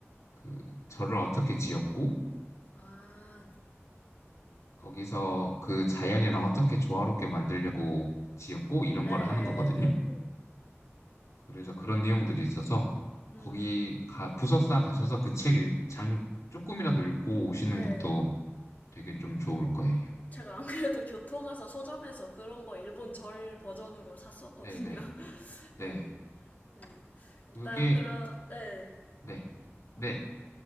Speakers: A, on the left; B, on the left.
A: 그 절을 어떻게 지었고
B: 아,
A: 거기서 그 자연이랑 어떻게 조화롭게 만들려고 지었고 이런
B: 네네네.
A: 걸 하는 거거든요. 그래서 그런 내용들이 있어서
B: 음,
A: 거기 가 부속사 가셔서 그 책 일- 장 조금이라도 읽고 오시는
B: 네.
A: 것도 되게 좀 좋을 거예요.
B: 제가 안 그래도 교토 가서 서점에서 그런 거 일본 절 버전으로 샀었거든요.
A: 네, 네,
B: <laughs>
A: 네.
B: 네. 네. 일단
A: 그게
B: 그런, 네.
A: 네, 네.